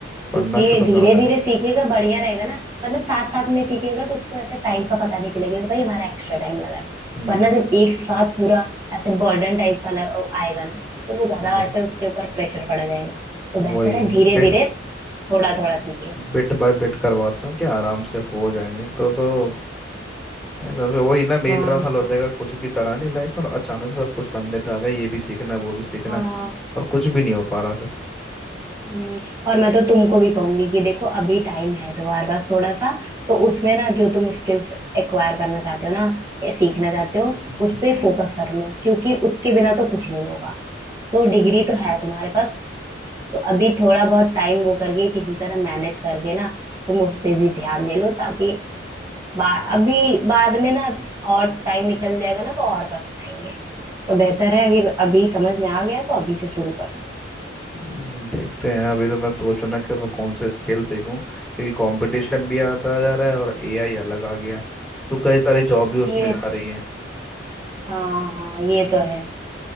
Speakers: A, in the centre; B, on the right.
A: पढ़ना
B: क्योंकि
A: शुरू
B: धीरे
A: कर दे
B: धीरे सीखेगा बढ़िया रहेगा ना मतलब साथ साथ में सीखेगा तो उसको ऐसा टाइम का पता नहीं चलेगा कि भाई हमारा एक्स्ट्रा टाइम लगा है
A: हम्म
B: वरना जब एक साथ पूरा ऐसे बर्डन टाइप का लग- आएगा ना तो वो ज्यादा
A: वही
B: ऐसे उसके ऊपर प्रेशर पड़ जाएगा तो
A: वही,
B: बेहतर है धीरे
A: बे,
B: धीरे थोड़ा थोड़ा सीखे
A: बिट बाय बिट करवाता हूँ कि आराम से हो जाए
B: हाँ
A: नहीं तो तो भाई साहब, वही ना मेरी
B: हाँ
A: तरह हल हो जाएगा कुछ भी करा नहीं लाइफ में और अचानक से सब कुछ कंधे पे आ गया ये भी सीखना है वो भी सीखना
B: हाँ
A: है और कुछ भी नहीं हो पा रहा फिर
B: हम्म, और मैं तो तुमको भी कहूंगी कि देखो अभी टाइम है तुम्हारे पास थोड़ा सा तो उसमें ना जो तुम स्किल्स एक्वायर करना चाहते हो ना या सीखना चाहते हो
A: हम्म
B: उस पे फोकस कर लो क्योंकि उसके बिना तो कुछ नहीं होगा तो डिग्री तो है तुम्हारे पास तो अभी थोड़ा बहुत टाइम वो करके किसी तरह मैनेज करके ना तुम उस पे भी ध्यान दे लो ताकि बा, अभी बाद में ना और टाइम निकल जाएगा ना तो और पछताएंगे तो बेहतर है अगर अभी समझ में आ गया तो अभी से शुरू कर दो
A: हम्म, देखते हैं अभी तो मैं सोचू ना कि मैं कौन से स्किल सीखूं क्योंकि कंपटीशन भी आता जा रहा है और एआई अलग आ गया है तो कई सारी जॉब भी उसमें
B: ये
A: जा रही
B: हाँ हाँ ये तो है